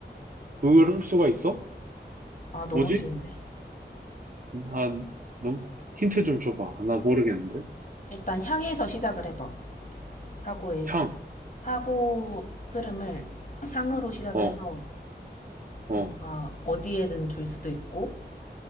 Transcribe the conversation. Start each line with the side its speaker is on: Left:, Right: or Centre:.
Right: 그럴 수가 있어?
Left: 아 너무
Right: 뭐지?
Left: 쉬운데?
Right: 아, 너무, 힌트 좀 줘봐. 나 모르겠는데?
Left: 일단 향에서 시작을 해봐. 사고의
Right: 향,
Left: 사고 흐름을 향으로 시작해서
Right: 어, 어,
Left: 뭔가 어디에든 둘 수도 있고